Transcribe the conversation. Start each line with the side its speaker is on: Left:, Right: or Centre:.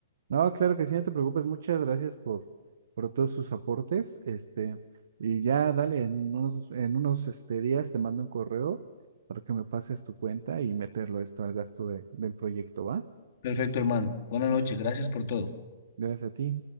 Right: No, claro que sí, no te preocupes, muchas gracias por, por todos sus aportes, este, y ya dale, en unos, en unos este, días te mando un correo para que me pases tu cuenta y meterlo esto al gasto de- del proyecto, ¿va?
Left: Perfecto, hermano. Buenas noches, gracias por todo.
Right: Gracias a ti.